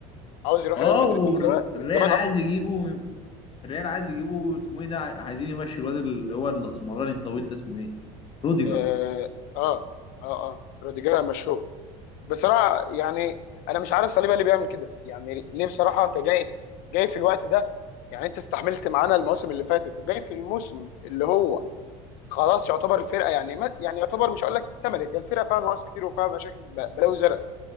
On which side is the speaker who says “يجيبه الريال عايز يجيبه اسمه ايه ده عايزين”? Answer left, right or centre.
Left